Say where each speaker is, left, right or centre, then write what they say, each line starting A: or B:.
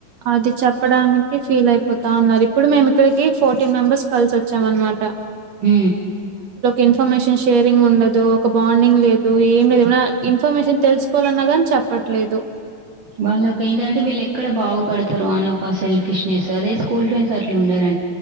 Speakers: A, on the right; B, on the right.
A: అది చెప్పడానికి ఫీల్ అయిపోతాన్నది ఇప్పుడు మేము ఇక్కడికి ఫోర్టీన్ మెంబర్స్ కలిసి వ చ్చాం అనమాట
B: ఉ
A: ఇన్ఫర్మేషన్ షేరింగ్ ఉండదు ఒక బాండింగ్ లేదు ఏం లేదు ఏ ఇన్ఫర్మేషన్ తెలుసుకోవాలన్నా కానీ చెప్ చెప్పట్లేదు
B: వాళ్ళకి ఏంటంటే వీళ్ళు ఎక్కడ బాగుపడతారో అని ఒక సెల్ఫిష్నెస్ అదే స్కూల్ ఫ్రెండ్స్ అట్లు ఉండార